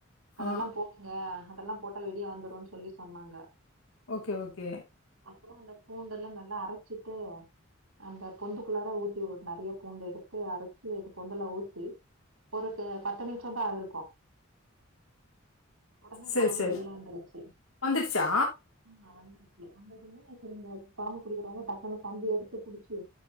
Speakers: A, on the right (about 75°); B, on the left (about 75°).
A: அதெல்லா
B: ஆ
A: போடுங்க அதெல்லா போட்டா வெடிய வந்துரும்ன்னு சொல்லி சொன்னாங்க
B: ஓகே ஓகே
A: அப்பறோ அந்த பூண்டெல்லா நல்லா அரைச்சிட்டு அந்த பொந்துக்குள்ளார ஊத்தி உடு ஒரு நெறைய பூண்டு எடுத்து அரைச்சி அந்த பொந்தல்லா ஊத்தி ஒருக்கு அ பத்து நிம்ஷ தா ஆயிருக்கு உடனே
B: சரி,
A: பாம்பு
B: சரி.
A: வெளிய வந்துருச்சு
B: வந்துடுச்சா?
A: ஆ வந்துருச்சு வந்ததுமே செரி இந்த பாம்பு புடிக்கிறாங்க டக்குன்னு கம்பி எடுத்து புடிச்சு